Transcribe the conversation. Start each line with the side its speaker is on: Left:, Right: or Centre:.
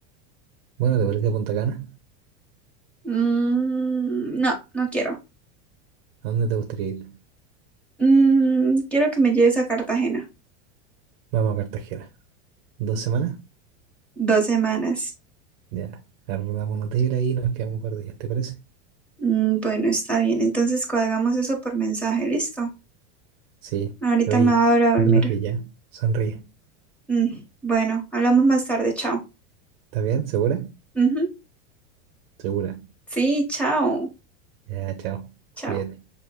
Right: Bueno, ¿te parece Punta Cana?
Centre: Mm, no, no quiero.
Right: ¿A dónde te gustaría ir?
Centre: Mm, quiero que me lleves a Cartagena.
Right: Vamos a Cartagena. ¿Dos semanas?
Centre: Dos semanas.
Right: Ya, arrendamos un hotel ahí y nos quedamos un par de días, ¿te parece?
Centre: Mm, bueno, está bien. Entonces cuadramos eso por mensaje, listo.
Right: Sí,
Centre: Ahorita
Right: oye,
Centre: me voy a ir a dormir.
Right: no te enojes ya, sonríe.
Centre: Mm, bueno, hablamos más tarde, chao.
Right: ¿Está bien? ¿Segura?
Centre: Ujú.
Right: Segura.
Centre: Sí, chao.
Right: Ya, chao,
Centre: Chao.
Right: cuídate.